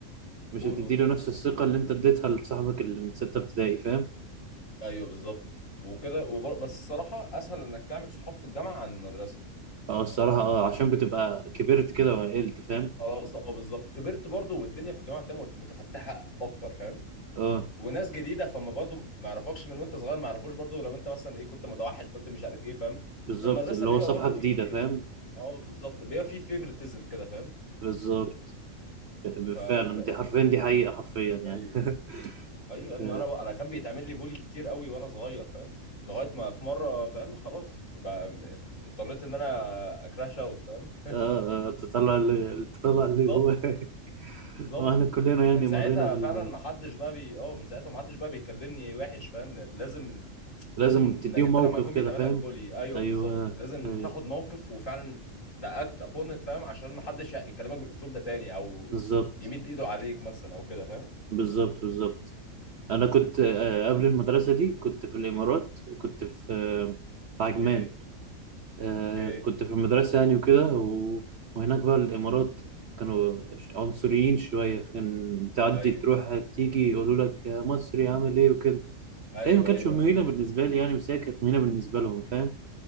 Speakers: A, on the right; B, on the left.
A: مش
B: قول
A: هتديله
B: قول
A: نفس الثقة اللي أنت اديتها لصاحبك اللي من ستة ابتدائي فاهم
B: ايوه بالظبط وكده وبر... بس الصراحه اسهل انك تعمل صحاب في الجامعه عن المدرسه
A: أه الصراحة أه عشان بتبقى كبرت كده وعقلت فاهم
B: خلاص اه بالظبط كبرت برضه والدنيا في الجامعه بتبقى متفتحه اكتر فاهم
A: أه
B: وناس جديده فما برضه ما يعرفكش من وانت صغير ما يعرفوش برضه لو انت مثلا ايه كنت متوحد كنت مش عارف ايه فاهم
A: بالظبط
B: في المدرسه
A: اللي
B: بيبقى
A: هو صفحة
B: برضه
A: جديدة
B: في
A: فاهم
B: اه بالظبط بيبقى في فيفرتزم كده فاهم
A: بالظبط ب- ب-
B: فال
A: فعلا
B: ال-
A: دي حرفيا دي حقيقة حرفيا يعني
B: ايوه
A: <laughs>
B: ايوه يا ابني
A: ف...
B: وانا بقى انا كان بيتعمل لي بولي كتير قوي وانا صغير فاهم لغايه ما في مره فاهم خلاص بقى م- اضطريت ان انا اكراش اوت فاهم
A: آه آه، تطلع اللي تطلع
B: بالظبط
A: اللي جواك
B: بالظبط
A: هو احنا كلنا
B: ومن
A: يعني
B: ساعتها
A: مرينا بال
B: فعلا ما حدش بقى بي اه من ساعتها ما حدش بقى بيكلمني وحش فاهم لازم
A: لازم
B: لازم انك
A: تديهم
B: انت
A: موقف
B: لما يكون
A: كده
B: بيتعمل
A: فاهم
B: لك بولي ايوه
A: ايوه
B: بالظبط لازم
A: ايوه
B: تاخد موقف وفعلا تاكت ابون ات فاهم عشان ما حدش يكلمك بالاسلوب ده تاني او
A: بالظبط
B: يمد ايده عليك مثلا او كده فاهم
A: بالظبط بالظبط انا كنت آه، قبل المدرسه دي كنت في الامارات كنت في آه، في عجمان
B: اوكي
A: آه،
B: اوكي
A: كنت في المدرسه يعني وكده و- وهناك بقى الامارات كانوا ش- عنصريين شويه فكان تعدي
B: ايوه
A: تروح تيجي يقولوا لك يا مصري عامل ايه وكده
B: ايوه
A: هي ما كانتش
B: ايوه
A: مهينه بالنسبه لي يعني بس هي كانت مهينه بالنسبه لهم فاهم